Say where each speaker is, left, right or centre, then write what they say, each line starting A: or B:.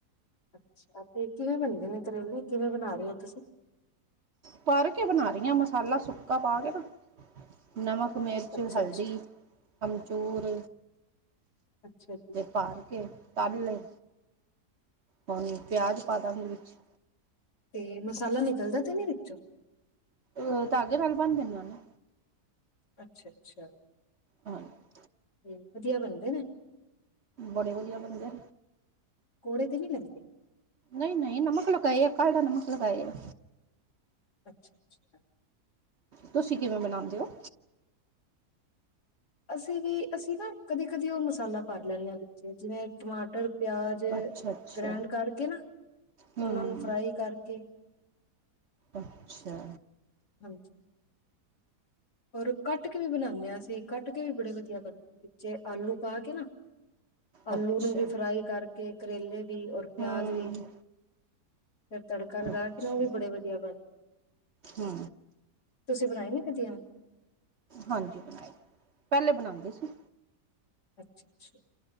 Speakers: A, on the left (about 80°); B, on the right (about 45°).
A: ਅੱਛਾ, ਤੇ ਕੀਵੇਂ ਬਣਦੇ ਨੇ ਕਰੇਲੇ, ਕਿਵੇਂ ਬਣਾ ਰਏ ਓ ਤੁਸੀਂ?
B: ਪਰ ਕੇ ਬਣਾ ਰਈਆਂ ਮਸਾਲਾ ਸੁੱਕਾ ਪਾ ਕੇ ਨਾ, ਨਮਕ, ਮੀਰਚ,
A: ਅੱਛਾ
B: ਹਲਦੀ,
A: ਅੱਛਾ
B: ਅਮਚੂਰ
A: ਅੱਛਾ ਜੀ।
B: ਭਰ ਕੇ ਤੱਲ ਲਏ, ਹੁਣ ਪਿਆਜ ਪਾ ਦਾਂਗੀ ਵਿੱਚ
A: ਤੇ ਮਸਾਲਾ ਨੀਕਲਦਾ ਤੇ ਨੀ ਵੀਚੋਂ?
B: ਓ ਤਾਗੇ ਨਾਲ ਬਣ ਦੇਨਾ ਐ ਨਾ।
A: ਅਛਾ-ਅਛਾ,
B: ਹਾਂਜੀ
A: ਤੇ ਵਦੀਆ ਬਣਦੇ ਨੇ।
B: ਬੜੇ ਵਦੀਆ ਬਨਦੇ।
A: ਕੋੜੇ ਤੇ ਨਈ ਲਗਦੇ?
B: ਨਈ-ਨਈ, ਨਮਕ ਲਗਾਏ ਆ ਕਲ ਦਾ ਨਮਕ ਲਗਾਏ ਆ।
A: ਅੱਛਾ, ਛਾ।
B: ਤੁਸੀਂ ਕਿਵੇਂ ਬਣਾਂਦੇ ਓ?
A: ਅਸੀਂ ਵੀ, ਅਸੀਂ ਨਾ ਕਦੀ-ਕਦੀ ਓ ਮਸਾਲਾ ਭਰ ਲੈਨੇ ਆ ਵੇਚ ਜੀਵੇਂ ਟਮਾਟਰ ਪਿਆਜ਼
B: ਅੱਛਾ ਅੱਛਾ
A: ਗ੍ਰੈਂਡ ਕਰਕੇ ਨਾ,
B: ਹੂੰ
A: ਉਨਾਂ ਨੂੰ ਫਰਾਈ ਕਰਕੇ
B: ਅੱਛਾ।
A: ਹਾਂਜੀ। ਔਰ ਓ ਕੱਟ ਕੇ ਵੀ ਬਣਾਣੇ ਆ ਅਸੀਂ, ਕੱਟ ਕੇ ਵੀ ਬੜੇ ਵਧੀਆ ਬਣ ਵਿੱਚੇ ਆਲੂ ਪਾ ਕੇ ਨਾ ਆਲੂ
B: ਅੱਛਾ
A: ਨੂੰ ਵੀ ਫਰਾਈ ਕਰਕੇ, ਕਰੇਲੇ ਵੀ, ਔਰ ਪਿਆਜ਼
B: ਹੂੰ
A: ਵੀ। ਫੇਰ ਤੜਕਾ ਲਗਾ
B: ਅੱਛਾ
A: ਕੇ ਨਾ ਓ ਵੀ ਬੜੇ ਵਧੀਆ ਬਣ
B: ਹੂੰ।
A: ਤੁਸੀਂ ਬਣਾਏ ਨੇ ਕਦੀ ਐਵੇ?
B: ਹਾਂਜੀ ਬਣਾਏ, ਪਹਿਲੇ ਬਣਾਂਦੇ ਸੀ।
A: ਅੱਛਾ-ਅੱਛਾ।